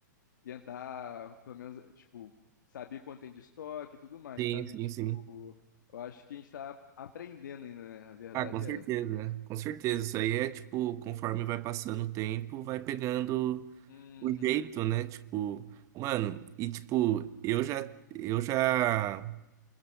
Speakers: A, on the left (about 75°); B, on the right (about 30°).
A: tentar, pelo menos, tipo, saber quanto tem de estoque e tudo mais,
B: Sim,
A: sabe?
B: sim,
A: Tipo,
B: sim.
A: eu acho que a gente tá aprendendo ainda, né? A verdade
B: Ah, com certeza,
A: é essa.
B: com certeza. Isso aí é tipo, conforme vai passando o tempo, vai pegando
A: Uhum.
B: o jeito, né? Tipo, mano, e tipo, eu já, eu já,